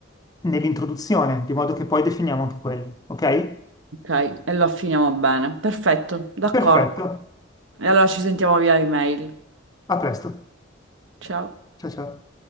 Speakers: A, on the left; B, on the right.
A: nell'introduzione, di modo che poi definiamo anche quello, ok?
B: Ok, e lo affiniamo bene. Perfetto, d'accordo.
A: Perfetto,
B: E allora ci sentiamo via email.
A: a presto.
B: Ciao.
A: Ciao ciao.